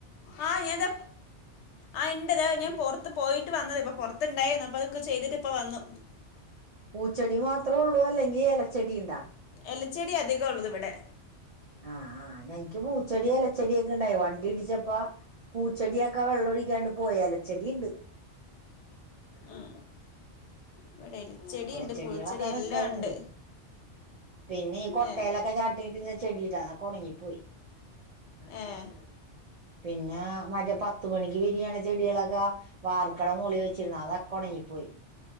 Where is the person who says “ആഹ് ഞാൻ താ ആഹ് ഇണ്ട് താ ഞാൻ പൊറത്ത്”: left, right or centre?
Left